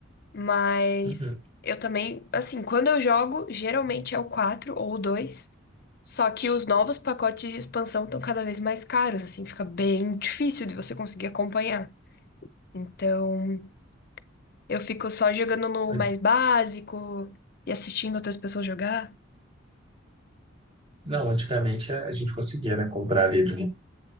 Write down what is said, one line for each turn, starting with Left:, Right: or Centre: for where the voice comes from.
Left: Mas
Right: Uhum.
Left: eu também, assim, quando eu jogo, geralmente é o 4 ou o dois Só que os novos pacotes de expansão estão cada vez mais caros, assim, fica bem difícil de você conseguir acompanhar. Então, eu fico só jogando no
Right: É.
Left: mais básico e assistindo outras pessoas jogar.
Right: Não, antigamente a a gente conseguia, né, comprar ali de um-